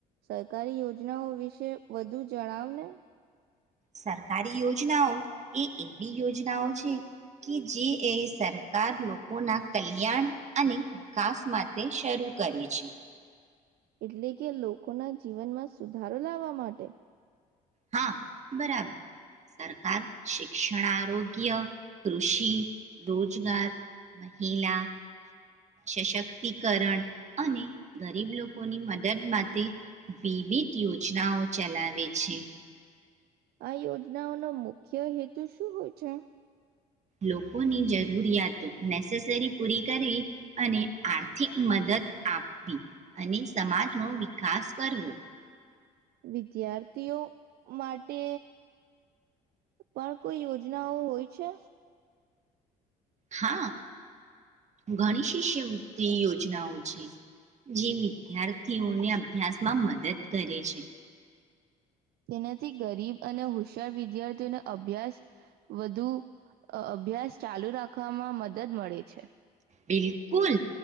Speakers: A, on the right; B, on the right.
A: સરકારી યોજનાઓ વિશે વધુ જણાવ ને.
B: સરકારી યોજનાઓ એ એવી યોજનાઓ છે કે જે એ સરકાર લોકોના કલ્યાણ અને વિકાસ માટે શરૂ કરે છે.
A: એટલે કે લોકોના જીવનમાં સુધારો લાવવા માટે.
B: હા બરાબર સરકાર શિક્ષણ આરોગ્ય, કૃષિ, રોજગાર મહિલા, સશક્તિકરણ અને ગરીબ લોકોની મદદ માટે વિવિધ યોજનાઓ ચલાવે છે.
A: આ યોજનાઓનો મુખ્ય હેતુ શું હોય છે?
B: લોકોની જરૂરિયાતો નેસેસરી પૂરી કરી અને આર્થિક મદદ આપવી અને સમાજનો વિકાસ કરવો.
A: વિદ્યાર્થીઓ માટે પણ કોઈ યોજનાઓ હોય છે.
B: હાં, ગણીશ. તિષ્યમતી યોજનાઓ. છે, જે વિદ્યાર્થીઓને અભ્યાસમાં મદદ કરે છે.
A: તેનાથી ગરીબ અને હુશ્યાર વિદ્યાર્થીઓને અભ્યાસ વધુ અભ્યાસ ચાલુ રાખવામાં મદદ મળે છે.
B: બિલકુલ,